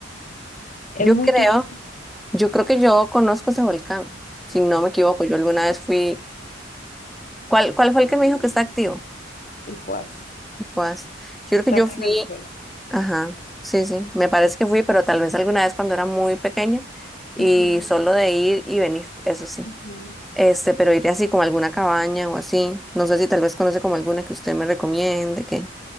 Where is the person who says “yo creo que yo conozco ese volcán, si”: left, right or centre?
Centre